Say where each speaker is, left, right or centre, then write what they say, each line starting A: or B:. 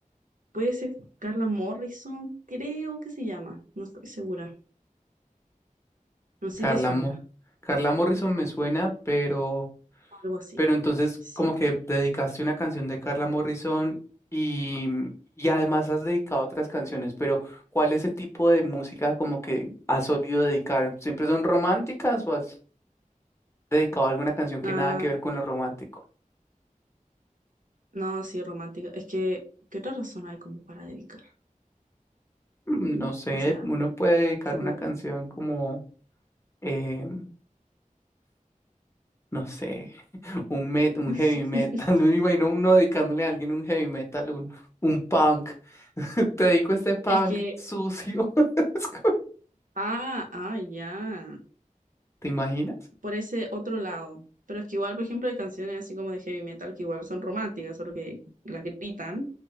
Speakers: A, on the right; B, on the left.
A: Puede ser Carla Morrison, creo que se llama, no estoy segura. No sé
B: Carla
A: si te suena,
B: Mo. Carla Morrison me suena, pero
A: algo así.
B: Pero entonces,
A: Sí.
B: como que dedicaste una canción de Carla Morrison y, y además has dedicado otras canciones, pero ¿cuál es el tipo de música como que has solido dedicar? ¿Siempre son románticas o has dedicado alguna canción que
A: Ah,
B: nada que ver con lo romántico?
A: no, sí, romántica. Es que, ¿qué otra razón hay como para dedicar?
B: Mm, No sé,
A: O sea,
B: uno puede dedicar
A: así
B: una
A: como
B: canción
A: pensando.
B: como, eh, no sé, <laughs> un met, un heavy
A: <laughs>
B: metal. <laughs> No Me imagino uno dedicándole a alguien un heavy metal, un, un punk. <laughs> Te dedico este punk
A: Es que,
B: sucio. <laughs>
A: ah, ah, ya,
B: ¿Te imaginas?
A: por ese otro lado. Pero es que igual, por ejemplo, hay canciones así como de heavy metal que igual son románticas, solo que las gritan,